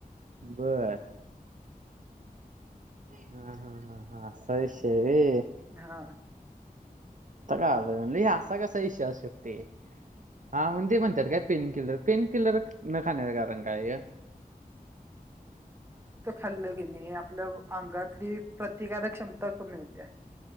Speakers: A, on the right; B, on the right.
A: बर हा, हा, हा, हा अस्सा विषय हाय वइ
B: हा
A: आत्ता कळाल म्हडस ई असा कसा इशय शकतय हा म्हणुन ते म्हणत्यात काय पेन किलर पेन किलर न खाण्याच कारण काय य
B: हल्लं घेणे आपल अंगातली प्रतिकारक क्षमता कमी हुत्या